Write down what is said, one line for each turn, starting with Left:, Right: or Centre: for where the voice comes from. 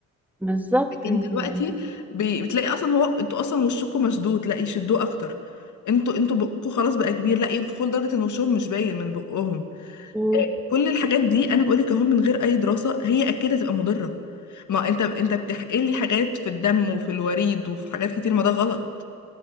Centre: بالظبط
Left: لكن
Centre: انت
Left: دلوقتي
Centre: فاهمة
Left: بي- بتلاقي اصلا هو انتوا اصلا وشكم مشدود لا يشدوه اكتر انتوا انتوا بقكم خلاص بقى كبير لا ينفخوا لدرجه ان وشهم مش باين من بقهم
Centre: و-
Left: إيه، كل الحاجات دي انا بقولك اهو من غير اي دراسه هي اكيد هتبقى مضره ما انت انت بتحقن لي حاجات في الدم وفي الوريد وفي حاجات كتير ما ده غلط